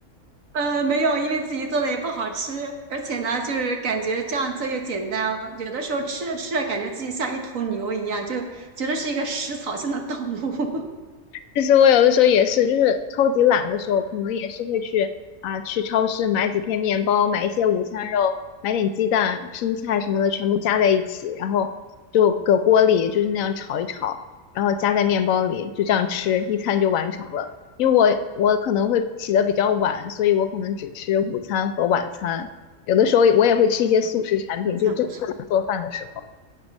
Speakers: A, on the right (about 75°); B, on the left (about 85°).
A: 呃没有，因为自己做的也不好吃，而且呢，就是感觉这样做又简单，有的时候吃着吃着，感觉自己像一头牛一样，就觉得是一个食草性的动物。
B: 其实我有的时候也是，就是超级懒的时候，可能也是会去啊去超市买几片面包，买一些午餐肉，买点鸡蛋、生菜什么的，全部加在一起，然后就搁锅里就是那样炒一炒，然后加在面包里，就这样吃，一餐就完成了。因为我我可能会起得比较晚，所以我可能只吃午餐和晚餐，有的时候我也会吃一些速食产品，
A: <laughs> 我荤菜不吃。
B: 就真的不想做饭的时候。